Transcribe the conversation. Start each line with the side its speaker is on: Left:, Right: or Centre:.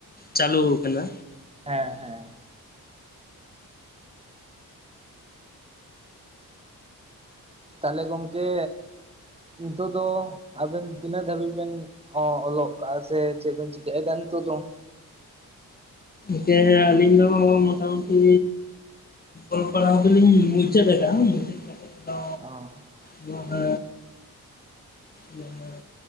Left: ᱪᱟᱹᱞᱩ ᱟᱠᱟᱱᱟ᱾
Right: ᱦᱮᱸ ᱦᱮᱸ ᱛᱟᱦᱚᱞᱮ ᱜᱚᱝᱠᱮ ᱱᱤᱛᱚᱜ ᱫᱚ ᱟᱵᱮᱱ ᱛᱤᱱᱟᱹᱜ ᱫᱷᱟᱹᱵᱤᱡ ᱵᱮᱱ ᱚ ᱚᱞᱚᱜᱠᱟ ᱥᱮ ᱪᱮᱫᱵ ᱪᱤᱠᱟᱹᱭ ᱫᱟ ᱱᱤᱛᱳᱜ ᱫᱚ ᱾
Left: ᱠᱮ ᱟᱹᱞᱤᱧ ᱫᱚ ᱢᱚᱴᱟᱢᱩᱴᱤ ᱚᱞᱯᱟᱲᱦᱟᱣ ᱫᱚᱞᱤᱧ ᱢᱩᱪᱟᱹᱫ ᱟᱠᱟᱜᱼᱟ᱾ ᱢᱩᱪᱟᱹᱫ ᱠᱟᱛᱮᱜ ᱫᱚ
Right: ᱚ
Left: ᱱᱚᱣᱟ ᱡᱟᱦᱟᱸ